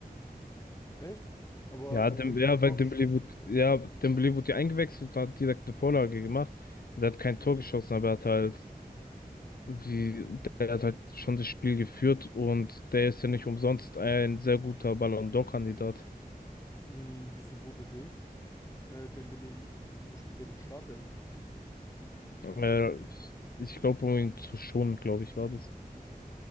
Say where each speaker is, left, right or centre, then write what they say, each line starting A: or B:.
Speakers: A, on the left; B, on the left.
A: Echt? Aber
B: Ja,
A: er
B: Dem,
A: hat ja kein
B: ja,
A: Tor
B: weil Dembélé
A: geschossen.
B: wurde, ja, Dembélé wurde ja eingewechselt und hat direkt eine Vorlage gemacht. Er hat kein Tor geschossen, aber er hat halt wie, der hat halt schon das Spiel geführt und der ist ja nicht umsonst ein sehr guter Ballon d'Or-Kandidat.
A: Hm, wieso wurde Ding? Äh, Dembele, wieso spielt er nicht Startelf?
B: Äh,
A: Also,
B: ich ich glaube, um ihn zu schonen, glaube ich, war das.